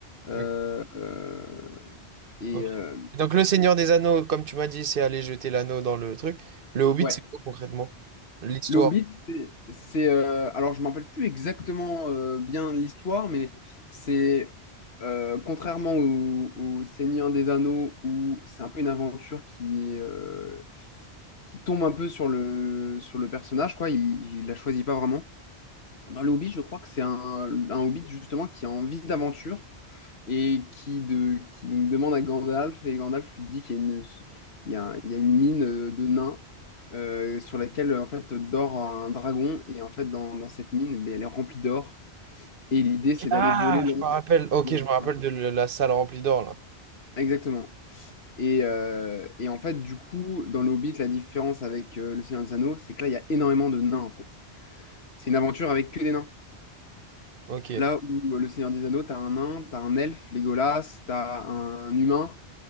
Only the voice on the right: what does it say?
Ok.
ok.
Et Donc, Le Seigneur des Anneaux, comme tu m'as dit, c'est aller jeter l'anneau dans le truc. Le Hobbit,
c'est quoi concrètement? L'histoire.
Ah,
je me rappelle. Ok,
je me rappelle
de le- la salle remplie d'or, là.
Ok.